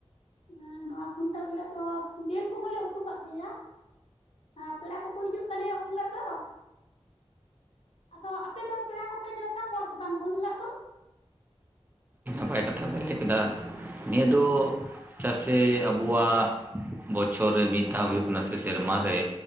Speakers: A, on the left; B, on the right.
A: ᱮᱸ ᱱᱚᱣᱟ ᱠᱷᱩᱱᱴᱟᱹᱣ ᱦᱤᱞᱳᱜ ᱫᱚ ᱡᱮᱞ ᱠᱚᱦᱚᱸᱞᱮ ᱩᱛᱩ ᱠᱟᱜ ᱜᱮᱭᱟ ᱦᱮᱸ ᱯᱮᱲᱟ ᱠᱚᱠᱚ ᱦᱤᱡᱩᱜ ᱛᱟᱞᱮᱭᱟ ᱩᱱ ᱦᱤᱞᱜ ᱫᱚ ᱟᱫᱚ ᱟᱯᱮ ᱫᱚ ᱯᱮᱲᱟ ᱠᱚᱯᱮ ᱱᱮᱣᱛᱟ ᱠᱚᱣᱟ ᱥᱮ ᱵᱟᱝ ᱩᱱ ᱦᱤᱞᱳᱜ ᱫᱚ
B: ᱦᱳᱭ ᱠᱟᱛᱷᱟ ᱵᱤᱱ ᱞᱟᱹᱭ ᱠᱮᱫᱟ ᱱᱤᱭᱟᱹ ᱫᱚ ᱪᱟᱜ ᱥᱮ ᱟᱵᱚᱣᱟᱜ ᱵᱚᱪᱷᱚᱨ ᱨᱮ ᱢᱤᱫ ᱫᱷᱟᱣ ᱦᱩᱭᱩᱜ ᱠᱟᱱᱟ ᱥᱮ ᱥᱮᱨᱢᱟ ᱨᱮ